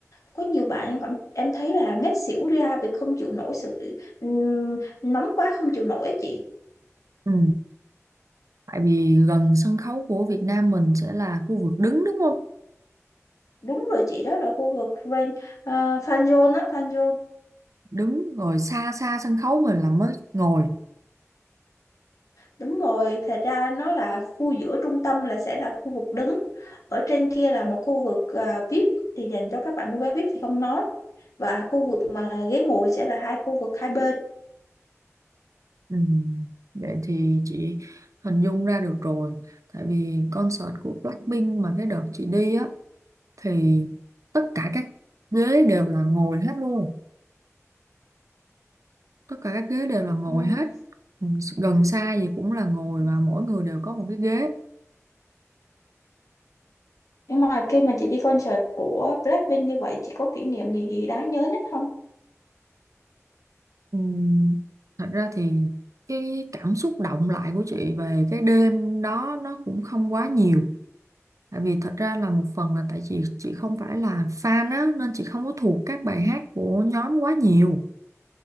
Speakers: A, on the left (about 85°); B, on the right (about 80°).
A: Có nhiều bạn em cảm em thấy là ngất xỉu ra vì không chịu nổi sự ừm, nóng quá không chịu nổi ấy chị.
B: Ừ, tại vì gần sân khấu của Việt Nam mình sẽ là khu vực đứng đúng không?
A: Đúng rồi chị đó là khu vực Grand uh, Fan Zone á, Fan Zone.
B: Đứng rồi xa xa sân khấu mình là mới ngồi
A: Đúng rồi, thật ra nó là khu giữa trung tâm là sẽ là khu vực đứng. Ở trên kia là một khu vực à, VIP thì dành cho các bạn mua vé VIP thì không nói. Và khu vực mà ghế ngồi sẽ là hai khu vực hai bên.
B: Ừ. Vậy thì chị hình dung ra được rồi Tại vì concert của Blackpink mà cái đợt chị đi á Thì tất cả các ghế đều là ngồi hết luôn Tất cả các ghế đều là ngồi
A: Ừm,
B: hết Ừ, Gần xa gì cũng là ngồi và mỗi người đều có một cái ghế
A: Nhưng mà khi mà chị đi concert của Blackpink như vậy, chị có kỷ niệm gì đáng nhớ nhất không?
B: ừ. Thật ra thì cái cảm xúc động lại của chị về cái đêm đó nó cũng không quá nhiều Tại vì thật ra là một phần là tại chị chị không phải là fan á nên chị không có thuộc các bài hát của nhóm quá nhiều